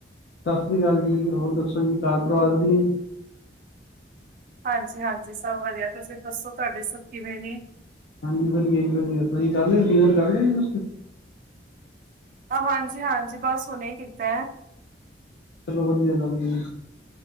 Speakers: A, on the left; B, on the right.
A: ਸਤਿ ਸ਼੍ਰੀ ਅਕਾਲ ਜੀ, ਹੋਰ ਦੱਸੋ ਜੀ, ਘਰ ਪਰਿਵਾਰ ਵਧੀਆ ਜੀ?
B: ਹਾਂਜੀ ਹਾਂਜੀ, ਸਭ ਵਧੀਆ, ਤੁਸੀਂ ਦੱਸੋ ਤੁਹਾਡੇ ਸਭ ਕਿਵੇਂ ਨੇ?
A: ਹਾਂਜੀ, ਵਧੀਆ ਜੀ ਵਧੀਆ, ਤੁਸੀਂ ਕਰ ਲਿਅ ਡੀਨਰ ਕਰ ਲਿਆ ਜੀ ਤੁਸੀਂ?
B: ਹਾਂਜੀ ਹਾਂਜੀ, ਬਸ ਹੁਣੇ ਈ ਕੀਤਾ ਐ।
A: ਚਲੋ, ਵਧੀਆ ਗੱਲ ਏ।